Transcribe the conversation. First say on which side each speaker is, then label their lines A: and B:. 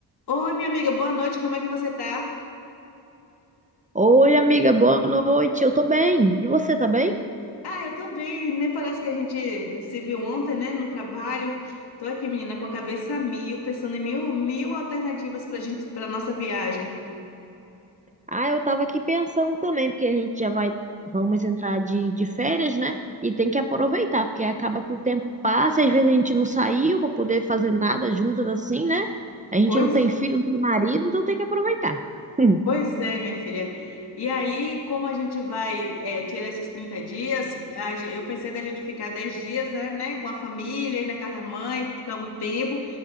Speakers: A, on the left (about 65°); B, on the right (about 20°).
A: Oi, minha amiga, boa noite, como é que você tá?
B: Oi, amiga, boa noite. Eu tô bem. E você tá bem?
A: Ah, eu tô bem, nem parece que a gente se viu ontem, né, no trabalho. Tô aqui, menina, com a cabeça a mil, pensando em mil, mil alternativas pra gente, pra nossa viagem.
B: Ah, eu tava aqui pensando também, porque a gente já vai, vamos entrar de, de férias, né? E tem que aproveitar, porque acaba que o tempo passa, e às vezes a gente não saiu pra poder fazer nada juntas assim, né? A gente
A: Pois,
B: não tem filho, não tem marido, então tem que aproveitar. <laughs>
A: pois é, minha filha. E aí, como a gente vai, é, tirar esses 30 dias, a ge- eu pensei da gente ficar 10 dias, né, né, com a família, ir na casa da mãe, ficar um tempo,